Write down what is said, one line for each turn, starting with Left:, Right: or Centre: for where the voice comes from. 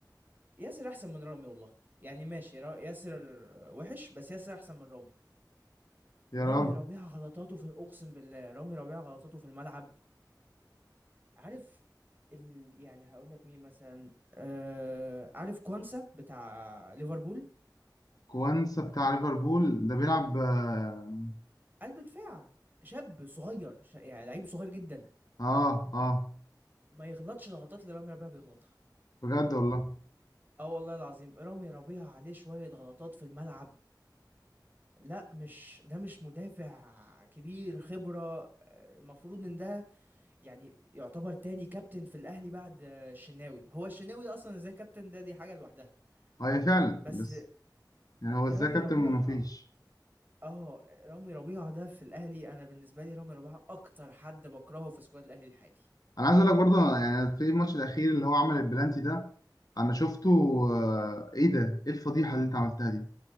Right: ياسر احسن من رامي والله يعني ماشي را... ياسر وحش بس ياسر احسن من رامي
Left: يا
Right: رامي
Left: رام
Right: ربيعه غلطاته في اقسم بالله رامي ربيعه غلطاته في الملعب عارف ال... يعني هقول لك مين مثلا آه... عارف كوانسا بتاع ليفربول
Left: كوانسا بتاع ليفربول ده بيلعب أه
Right: قلب دفاع شاب صغير ش... يعني لعيب صغير جدا
Left: أه آه،
Right: ما يغلطش الغلطات اللي رامي ربيعه بيغلطها
Left: بجد والله
Right: اه والله العظيم رامي ربيعة عليه شوية غلطات في الملعب لا مش ده مش مدافع كبير خبرة آه، المفروض ان ده يعني يعتبر تاني كابتن في الاهلي بعد آه، الشناوي هو الشناوي ده اصلا ازاي كابتن ده دي حاجة لوحدها
Left: أه هي فعلا
Right: بس
Left: بس يعني هو إزاي
Right: رامي
Left: كابتن
Right: ربيعة
Left: مفيش
Right: اه رامي ربيعة ده في الاهلي انا بالنسبة لي رامي ربيعة اكتر حد بكرهه في سكواد الاهلي الحالي
Left: أنا عايز أقول لك برضه يعني في الماتش الأخير اللي هو عمل البلانتي ده أنا شفته آه، إيه ده؟ إيه الفضيحة اللي أنت عملتها دي؟